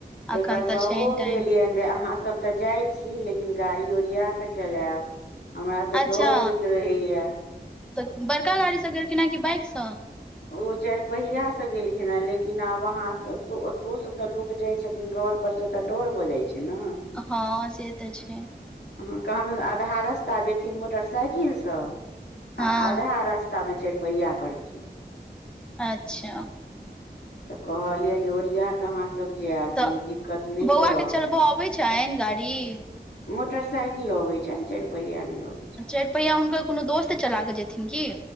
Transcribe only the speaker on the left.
तईपर
कहबो
केलियनि जे अहाँसभ तऽ जाइ छी लेकिन गाड़ी ओरिया कऽ चलायब हमरा तऽ
डर होइत रहैया
ओ चारपहिया से गेलखिन हें लेकिन आब अहाँ ओतहु से तऽ लोक क जाइ छथिन घर पर से ओतऽ डर भऽ जाइ छै ने
ह कहदुन आधा रास्ता जेथिन मोटरसाइकिलसँ
आ आधा रस् ता मे चैरपैया करथिन
तऽ कहलियन जे ओरिया क आहाँ सब जेब
कोनो दिक्कत नहि
करब
मोटर साईकिल अबै छैन चाइर पहिया ने अबे छै